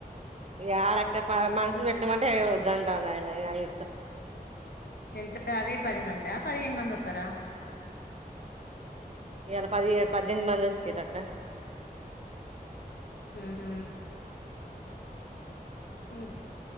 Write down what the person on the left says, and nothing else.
ఎంత అదే పది మందా పదిహేను మంది వత్తారా
ఉహూ ఆ